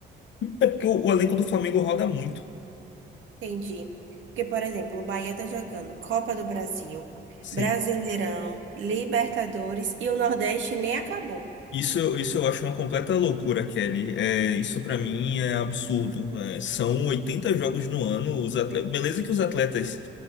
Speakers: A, on the left; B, on the right.
A: É porque o, o elenco do Flamengo roda muito.
B: Entendi. Porque, por exemplo, o Bahia tá jogando Copa do Brasil,
A: sim
B: Brasileirão, Libertadores e o Nordeste nem acabou.
A: Isso, eu- isso eu acho uma completa loucura, Kelly. É, isso pra mim é absurdo. É, são 80 jogos no ano. Os atletas, beleza que os atletas